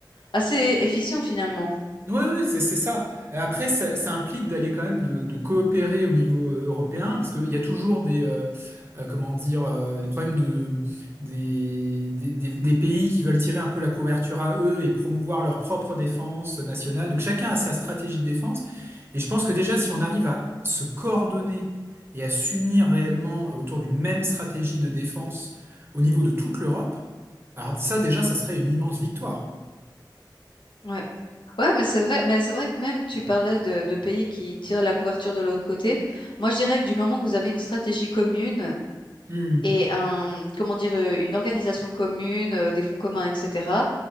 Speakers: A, on the left (about 75°); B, on the right (about 30°).
A: assez efficient finalement.
B: Oui, oui, c'est c'est ça. Et Après, ça, ça implique d'aller quand même de, de coopérer au niveau euh, européen, parce qu'il y a toujours des, euh, euh, comment dire, euh, des problèmes de, des, des, des- des pays qui veulent tirer un peu la couverture à eux et promouvoir leur propre défense nationale. Donc chacun a sa stratégie de défense. Et je pense que déjà, si on arrive à se coordonner et à s'unir réellement autour d'une même stratégie de défense au niveau de toute l'Europe, alors ça déjà, ça serait une immense victoire.
A: Ouais. Ouais, mais c'est vrai, mais c'est vrai que même tu parlais de, de pays qui tirent la couverture de l'autre côté. Moi, je dirais que du moment que vous avez une stratégie commune
B: Hmm,
A: et un, comment dire, euh, une organisation commune, euh, des fonds communs, etc.,